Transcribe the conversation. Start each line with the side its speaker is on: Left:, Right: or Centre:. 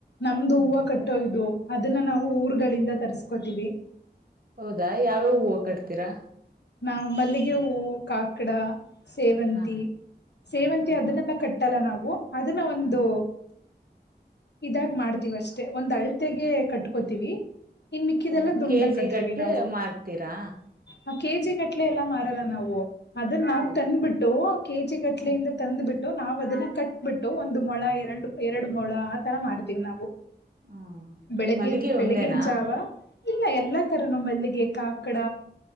Left: ನಮ್ದು
Right: ಹ್ಮ್
Left: ಹೂವ
Right: ಹ್ಮ್
Left: ಕಟ್ಟೋ ಇದು ಅದನ್ನ ನಾವು ಊರುಗಳಿಂದ ತರಿಸಿಕೊಳುತಿವಿ.
Right: ಹೌದಾ ಯಾವ್ಯಾವ ಹೂವು ಕಟ್ತೀರಾ
Left: ನಾವು ಮಲ್ಲಿಗೆ ಹೂವು ಕಾಕಡ ಸೇವಂತಿ
Right: ಹಾ ಹಾ
Left: ಸೇವಂತಿ ಅದನ್ನೆಲ್ಲ
Right: ಹಾ
Left: ಕಟ್ಟಲ್ಲ ನಾವು ಅದನ್ನ ಒಂದೂ
Right: ಹಾ
Left: ಇದ್ದಾಗ್ ಮಾಡ್ತೀವಿ ಅಷ್ಟೇ ಒಂದ್ ಅಳ್ತೆಗೆ ಕಟ್ ಕೋತೀವಿ ಇನ್ ಮಿಕ್ಕಿದೆಲ್ಲ
Right: ಹಾ
Left: ದುಂಡಕ್
Right: ಕೆಜಿ
Left: ಕಟ್ತೀವಿ
Right: ಗಟ್ಲೆ
Left: ನಾವು
Right: ಮಾರ್ತೀರಾ
Left: ಆ ಕೆಜಿ ಗಟ್ಲೆ ಎಲ್ಲ ಮಾರಲ್ಲ ನಾವು ಅದನ್ನ ನಾವು
Right: ಹೌದು
Left: ತಂದ್ಬಿಟ್ಟು ಕೆಜಿ ಗಟ್ಲೆಯಿಂದ
Right: ಹ್ಮ್
Left: ತಂದ್ಬಿಟ್ ನಾವು ಅದನ್ನ ಕಟ್ಬಿಟ್ಟು ಒಂದು ಮೊಳ ಎರಡು ಎರಡು ಮೊಳ ಆ ತರ ಮಾಡ್ತೀವಿ ನಾವು
Right: ಹಾ
Left: ಬೆಳಗ್ಗೆದ್
Right: ಮಲ್ಲಿಗೆ
Left: ಬೆಳಗಿನ
Right: ಒಂದೇನಾ
Left: ಜಾವ ಇಲ್ಲ ಎಲ್ಲಾ ತರನೂ ಮಲ್ಲಿಗೆ, ಕಾಕಡ